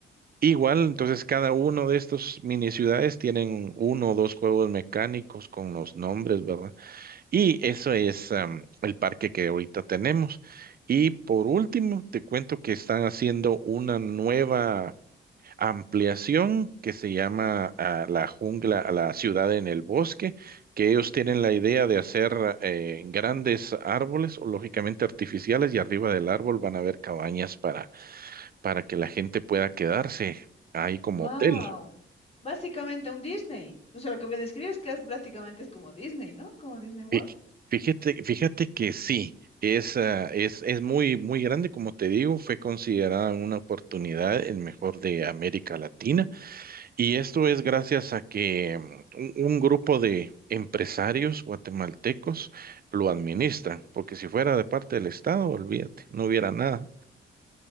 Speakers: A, on the right; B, on the left.
A: Igual, entonces cada uno de estos mini ciudades tienen uno o dos juegos mecánicos con los nombres, ¿verdad? Y eso es am, el parque que ahorita tenemos. Y por último, te cuento que están haciendo una nueva ampliación que se llama ah, la jungla, la ciudad en el bosque, que ellos tienen la idea de hacer eh, grandes árboles, o lógicamente artificiales, y arriba del árbol van a haber cabañas para para que la gente pueda quedarse ahí como
B: Wow.
A: hotel.
B: Básicamente un Disney. O sea, lo que me describes que es prácticamente es como Disney, ¿no? Como Disney World.
A: Fí- Fíjate, fíjate que sí, es, ah, es, es muy, muy grande, como te digo, fue considerada una oportunidad, el mejor de América Latina, y esto es gracias a que mm, un, un grupo de empresarios guatemaltecos lo administran, porque si fuera de parte del Estado, olvídate, no hubiera nada.